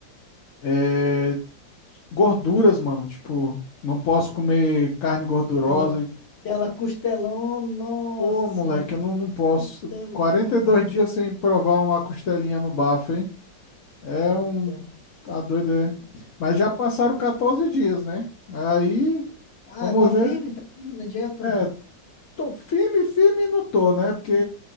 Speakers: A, on the left; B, on the left.
A: É... Gorduras, mano. Tipo, não posso comer carne gordurosa.
B: Aquela, aquela costelão, nossa
A: Pô,
B: senhora,
A: moleque,
B: que
A: eu não, não posso.
B: costelão,
A: Quarenta e dois
B: mano.
A: dias sem provar uma costelinha no bafo, hein? É
B: Puta
A: um. Tá doido,
B: vida.
A: é. Mas já passaram 14 dias, né? Aí,
B: Ah,
A: vamos
B: tá firme,
A: ver.
B: tá firme na dieta,
A: É,
B: mano.
A: tô firme, firme não tô, né? Porque